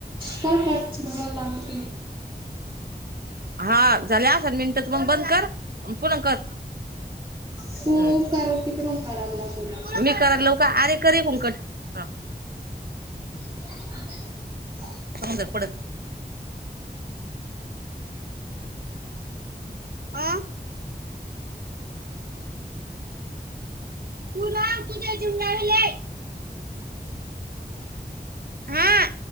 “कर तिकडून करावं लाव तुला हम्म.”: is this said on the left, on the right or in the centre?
Right